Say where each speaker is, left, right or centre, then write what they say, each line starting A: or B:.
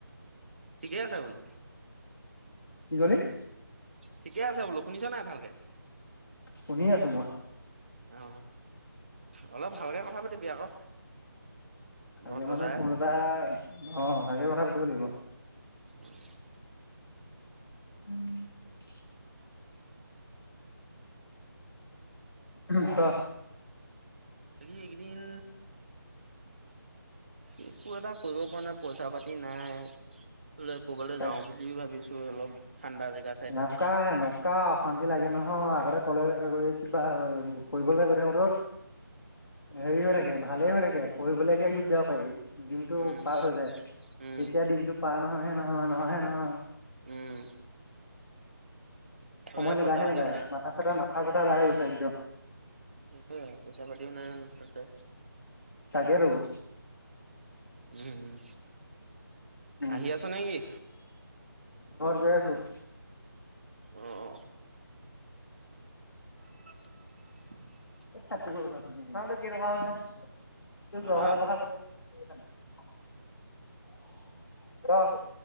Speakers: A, on the right; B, on the left.
A: ঠিকেই আছে বোলো।
B: কি কলি?
A: ঠিকে আছে বোলো শুনিছা নাই ভালকে?
B: শুনি আছো মই।
A: অ অলপ ভালকে কথা পাতিবি আকৌ।
B: ভালকে
A: ভদ্ৰতাই
B: মানে ফোন এটা অ ভালকে কথা পাতিব লাগিব।
A: উম! <inaudible>
B: উম! <inaudible> উম ক
A: বাকি এইকেইদিন একো এটা কৰিব পৰা নাই পইচা পাতি নাই। ফুৰিবলে কবালৈ
B: তাইক
A: যাওঁ বুলি ভাবিছো অলপ ঠাণ্ডা জেগা চাইডে।
B: এনেকুৱা এনেকুৱা অশান্তি লাগে নহয় কলে কিবা পঢ়বলৈ গৈ থাকোতে হেৰি হৈ
A: উম
B: থাকে ভালে হৈ থাকে পঢ়িবলৈকে গুচি যাও। দিনটো
A: উম
B: পাৰ হৈ যায়
A: উম
B: তেতিয়া দিনটো পাৰ নহয়ে নহয় নহয়ে নহয়।
A: উম! তাকে
B: সময় নাযায়হে
A: পইচা পাতিও
B: নাযায়
A: নাই
B: মাথা চাথা মাথা বেয়া হৈ গৈছে একদম।
A: পইচা পাতিও নাই তাতে।
B: তাকেতো
A: উম!
B: উম
A: আহি আছ নেকি?
B: ঘৰত গৈ আছো
A: অ অ! অ!
B: এষ্ট আ গল <unintelligible>
A: আহ
B: <unintelligible> অহ